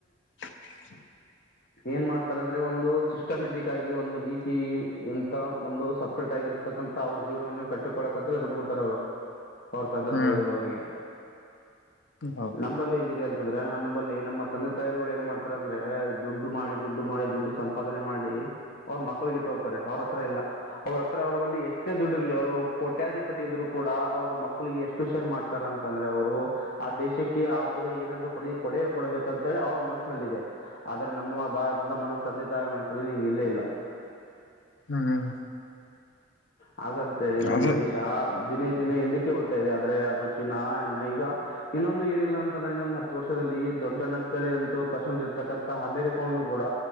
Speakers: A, on the left; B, on the left.
A: <unintelligible>
B: ಏನ್ ಮಾಡ್ತಾರ ಅಂದ್ರೆ ಒಂದು ಸಿಸ್ಟಮೆಟಿಕ್ ಆಗಿ ಒಂದು ನೀತಿ ಇಂತ ಒಂದು ಸಪ್ರೇಟ್ ಆಗಿರ್ತ್ತ. ಇರತಕ್ಕಂಥ ಅವ್ರ ಜೀವನವನ್ನೇ ಕಟ್ಟಕೊಳಕ್ ಅಂತ ಹೇಳಿ ಬಿಟ್ಟಬಿಡ್ತಾರೆ ಅವ್ರು ಅವ್ರ ತಂದೆ
A: ಹ್ಮ್
B: ತಾಯಿಗಳು ಅವ್ರಿಗೆ.
A: ಹೌದು
B: ನಂಬಲ್ಲಿ ಹೆಂಗಿದೆ ಅಂತ ಅಂದ್ರೆ ನಮ್ಮ ನಂಬಲ್ಲಿ ನಮ್ಮ ತಂದೆ ತಾಯಿರುಗಳು ಏನ್ ಮಾಡ್ತಾರ ಅಂದ್ರೆ ದುಡ್ಡು ಮಾಡಿ ದುಡ್ಡು ಮಾಡಿ ದುಡ್ಡು ಸಂಪಾದನೆ ಮಾಡಿ ಅವ್ರ ಮಕ್ಕಳಿಗೆ ಇಟ್ಟ ಹೋಗ್ತಾರೆ ಅವ್ರ ಹತ್ರ ಇಲ್ಲ ಅವ್ರ ಹತ್ರ ಅವರ ಬಲ್ಲಿ ಎಷ್ಟೇ ದುಡ್ಡ ಇರ್ಲಿ ಅವರು ಕೋಟ್ಯಾಧಿಪತಿ ಇದ್ರು ಕೂಡ ಅವ್ರ ಮಕ್ಕಳಿಗೆ ಎಷ್ಟು ಶೇರ್ ಮಾಡ್ತಾರ ಅಂತಂದ್ರೆ ಅವ್ರು ಆ ದೇಶಕ್ಕೆ ಕ್ಕೆ ಆ ಹುಡುಗ ಏನಾದ್ರೂ ಕೊ ಕೊಡುಗೆ ಕೊಡಬೇಕು ಅಂತ ಹೇಳಿ ಅವರ ಮನಸ್ಸಲ್ಲಿ ಇದೆ ಆದ್ರೆ ನಮ್ಮ ಭಾರತದ ಮನಸ್ ತಂದೆ ತಾಯಿಯರ ಮನಸಲ್ಲಿ ಹಿಂಗೆ ಇಲ್ಲೇ ಇಲ್ಲ.
A: ಹ್ಮ್
B: ಹಾಗಂತ ಹೇಳಿ ನಮ್
A: ಅದು
B: ದೇಶ ದಿನೇ ದಿನೇ ಹಿಂದಕ್ ಕ್ಕ ಹೋಗ್ತಾ ಇದೆ ಆದ್ರೆ ಅದು ಚೀನಾ ಈಗ ಇನ್ನೊಂದು ಏನಿಲ್ಲ ಅಂತಂದ್ರೆ ಇನ್ನೊಂದು ಹತ್ತು ವರ್ಷದಲ್ಲಿ ದೊಡ್ಡ ನಂತಳಿ ಅಂತೂ ಕರ್ಸೊಂಡಿರ್ತಕ್ಕಂತಥ ಅಮೆರಿಕವನ್ನು ಕೂಡ